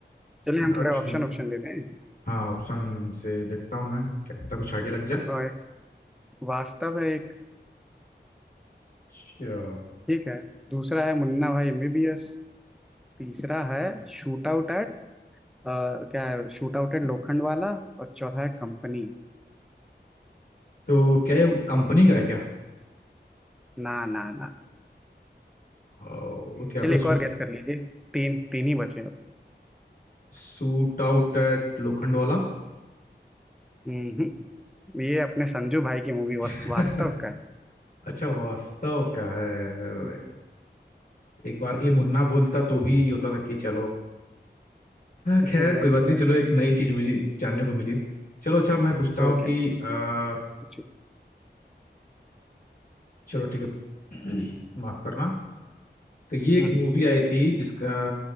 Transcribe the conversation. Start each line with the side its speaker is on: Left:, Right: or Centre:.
Centre: चलिए हम
Left: यार
Centre: थोड़े ऑप्शन
Left: छो
Centre: ऑप्शन देते हैं
Left: हाँ ऑप्शन से देखता हूँ मैं क्या पता कुछ आइडिया लग जाए
Centre: और एक वास्तव है एक
Left: अच्छा
Centre: ठीक है दूसरा है मुन्ना भाई एमबीबीएस तीसरा है शूट आउट एट क्या है shootout at Lokhandwala और चौथा है कंपनी
Left: तो क्या ये कंपनी का है क्या
Centre: ना ना ना
Left: ओ, क्या
Centre: चलिए
Left: पे
Centre: एक
Left: shoot
Centre: और गेस कर लीजिए तीन तीन ही बचे अब
Left: shootout at Lokhandwala वाला
Centre: हम्म हम्म। ये अपने संजू भाई की मूवी
Left: <laughs>
Centre: वास्तव का है
Left: अच्छा वास्तव का है
Centre: हम्म,
Left: एक बार के लिए मुन्ना बोलता तो भी होता था कि चलो
Centre: <laughs>
Left: हाँ, खैर
Centre: नहीं
Left: कोई बात
Centre: समझ
Left: नहीं चलो
Centre: रहे
Left: एक नई चीज मुझे जानने को मिली चलो अच्छा मैं पूछता
Centre: तो
Left: हूँ
Centre: क्या
Left: कि आ,
Centre: जी
Left: चलो ठीक है <clears throat> माफ करना तो ये एक
Centre: हम्म
Left: मूवी आई थी जिसका